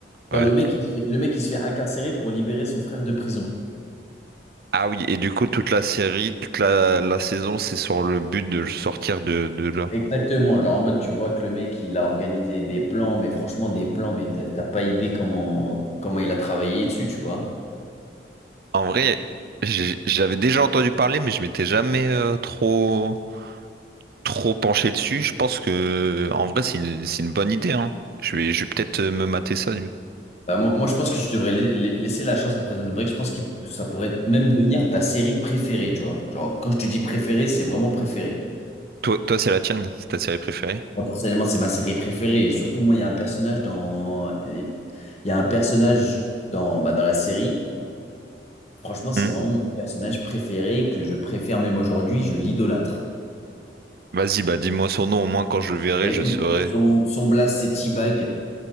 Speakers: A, on the right; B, on the left.
A: ouais.
B: Genre, le mec, il se fait, le mec, il se fait incarcérer pour libérer son frère de prison.
A: Ah oui, et du coup, toute la série, toute la, la saison, c'est sur le but de le sortir de, de là.
B: Exactement, genre, en mode, tu vois que le mec, il a organisé des plans, mais franchement, des plans, mais t'as t'as pas idée comment, comment il a travaillé dessus, tu vois.
A: En vrai, j'ai- j'avais déjà entendu parler, mais je m'étais jamais euh, trop, trop penché dessus. Je pense que, en vrai, c'est une, c'est une bonne idée, hein. Je vais, je vais peut-être euh, me mater ça.
B: Bah, moi, moi, je pense que tu devrais la- la- laisser la chance à Prison Break. Je pense que ça pourrait même devenir ta série préférée, tu vois. Genre, quand je te dis préférée, c'est vraiment préférée.
A: Toi, toi, c'est la tienne, c'est ta série préférée?
B: Moi, personnellement, c'est ma série préférée. Et surtout, moi, il y a un personnage dans... Il y a un personnage dans, bah, dans la série. Franchement, c'est
A: Hmm
B: vraiment mon personnage préféré que je préfère même aujourd'hui, je l'idolâtre.
A: Vas-y, bah dis-moi son nom, au moins quand je le verrai,
B: Bah, Écoute,
A: je saurai.
B: son, son blaze c'est T-Bag